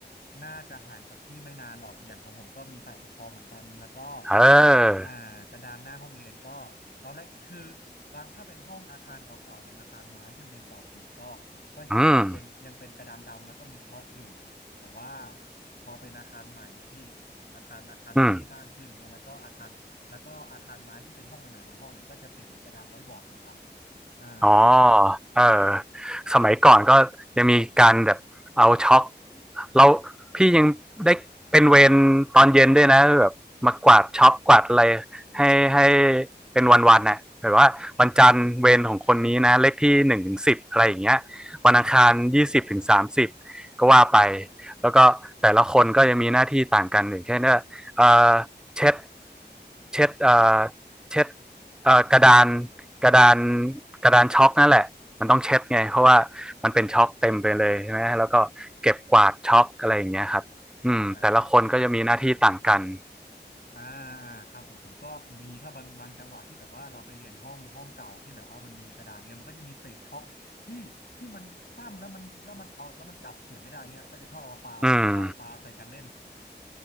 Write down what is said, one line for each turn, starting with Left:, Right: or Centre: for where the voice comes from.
Left: น่าจะห่างกับพี่ไม่นานหรอกอย่างของผมก็มีฝ่ายปกครองเหมือนกันแล้วก็
Centre: เออ
Left: กระอ่ากระดานหน้าห้องเรียนก็ตอนแรกคือบางถ้าเป็นห้องอาคารเก่าๆอย่างอาคารไม้ที่โรงเรียนเก่าผมเนี่ยก็ก็ยังยังเป็นยังเป็นกระดานดำแล้วก็มีช็อคอยู่
Centre: อืม
Left: แต่ว่าพอเป็นอาคารใหม่อ่ะพี่อาคารอาคารใหม่ที่สร้างขึ้นเงี้ยแล้วก็อาคารแล้วก็อาคารไม้ที่เป็นห้องใหม่ๆบางห้องเนี่ยก็จะเปลี่ยนเป็นกระดานไว้บอร์ดหมดละ
Centre: อืม
Left: อ่า
Centre: อ๋อเออสมัยก่อนก็ยังมีการแบบเอาช็อกเราพี่ยังได้เป็นเวรตอนเย็นด้วยนะแบบมากวาดช็อกกวาดอะไรให้ให้เป็นวันๆน่ะแบบว่าวันจันทร์เวรของคนนี้นะเลขที่หนึ่งถึงสิบอะไรอย่างเงี้ยวันอังคารยี่สิบถึงสามสิบก็ว่าไปแล้วก็แต่ละคนก็ยังมีหน้าที่ต่างกันอย่างเช่นว่าเออเช็ดเช็ดเอ่อเช็ดเอ่อกระดาน กระดานกระดานช็อกนั่นแหละมันต้องเช็ดไงเพราะว่ามันเป็นช็อกเต็มไปเลยใช่ไหมแล้วก็เก็บกวาดช็อกอะไรอย่างเงี้ยครับอืมแต่ละคนก็จะมีหน้าที่ต่างกัน
Left: อ่า อ่าอ่าครับผมผมก็มีถ้าบางบางจังหวะที่แบบว่าเราไปเรียนห้องห้องเก่าที่แบบว่ามันมีกระดานเงี้ยมันก็จะมีเศษช็อกที่ที่มันสั้นแล้วมันแล้วมันเอาแล้วมันจับเขียนไม่ได้เงี้ยก็จะชอบเอามาปาปาปาใส่กันเล่น
Centre: อืม